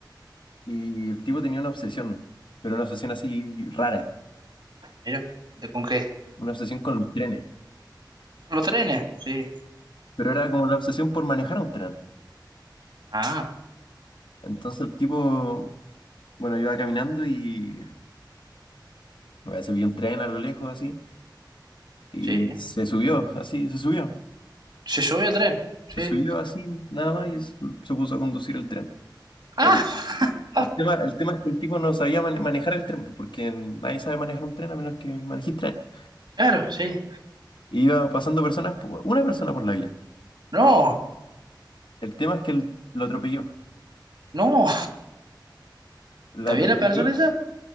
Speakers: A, on the left; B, on the right.
A: Y el tipo tenía una obsesión, pero una obsesión así rara.
B: mira. ¿De con qué?
A: Una obsesión con los trenes.
B: ¿Con los trenes? Sí.
A: Pero era como la obsesión por manejar un tren.
B: Ah,
A: Entonces el tipo, bueno, iba caminando y bueno, se vio un tren a lo lejos así. Y
B: sí.
A: se subió, así, se subió.
B: Se subió el tren,
A: Se
B: sí.
A: subió así, nada más, y s- se puso a conducir el tren.
B: Ah,
A: El,
B: <laughs> ah,
A: el tema, el tema es que el tipo no sabía mane- manejar el tren, pues, porque nadie sabe manejar un tren a menos que manejes tren.
B: claro, sí.
A: Y iba pasando personas, po- una persona por la vía.
B: No,
A: El tema es que él lo atropelló.
B: no.
A: La
B: ¿Está
A: atropelló.
B: bien la persona esa?